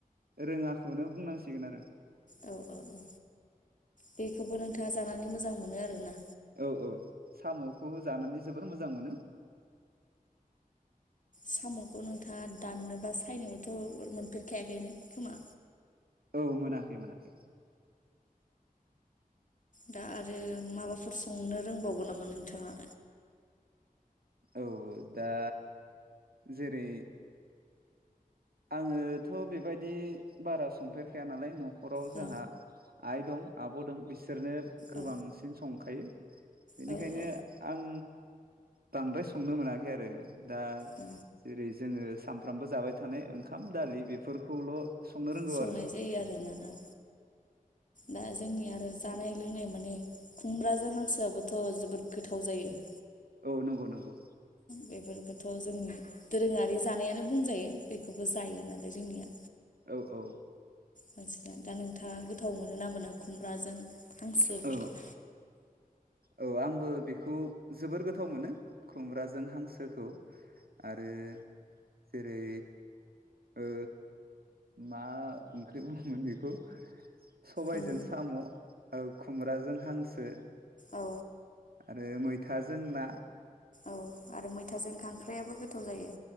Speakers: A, on the right; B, on the left.
A: रोङाखौनो बुंनांसिगोन आरो
B: औ औ औ बेखौबो नोंथाङा जानानै मोजां मोनो आरोना
A: औ औ साम'खौ जानानै जोबोर मोजां मोनो
B: साम'खौ नोंथाङा दाननो बा सायनोबोथ' मोनफेरखायाखैनो खोमा
A: औ मोनाखै मोनाखै
B: दा आरो माबाफोर संनो रोंबावगोन नामा नोंथाङा
A: औ दा जेरै आङोथ' बेबायदि बारा संफेरखाया नालाय न'खराव जोंहा
B: औ
A: आइ दं आब' दं बिसो बिसोरनो गोबांसिन
B: औ
A: सं खायो बेनिखायनो
B: औ औ
A: आं बांद्राय संनो मोनाखै आरो दा
B: औ
A: जेरै जोङो सानफ्रामबो जाबाय थानाय ओंखाम दालि बेफोरखौल' संनो रोंगौ
B: संनाय
A: आरो
B: जायो आरोना औ दा जोंनि आरो जानाय लोंनाय माने खुमब्राजों हांसोआबोथ' जोबोद गोथाव जायो।
A: औ नंगौ नंगौ।
B: बेफोरखौथ' जोंनि दोरोङारि जानायानो बुंजायो बेखौबो जायो नालाय जोंनिया।
A: औ औ
B: बांसिना दा नोंथाङा गोथाव मोनो ना मोना खुमब्राजों। हांसोफोरखौ।
A: औ औ आंबो बेखौ जोबोर गोथाव मोनो खुमब्राजों हांसोखौ आरो जेरै ओ मा ओंख्रि बुङोमोन बेखौ सबायजों
B: उम
A: साम'। औ खुमब्राजों हांसो
B: औ
A: आरो मै थाजों ना।
B: औ आरो मैथाजों खांख्राइाबो गोथाव जायो।